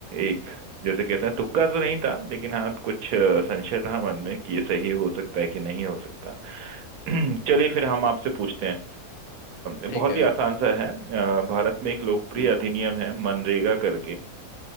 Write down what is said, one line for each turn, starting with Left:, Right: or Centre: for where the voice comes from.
Right: एक जैसे कहते हैं तुक्का तो नहीं था लेकिन हाँ कुछ अ, संशय था मन में कि ये सही हो सकता है कि नहीं हो सकता <clears throat> चलिए फिर हम आपसे पूछते हैं अ, बहुत
Left: ठीक है
Right: ही आसान सा है अ, भारत में एक लोकप्रिय
Left: हम्म।
Right: अधिनियम है मनरेगा करके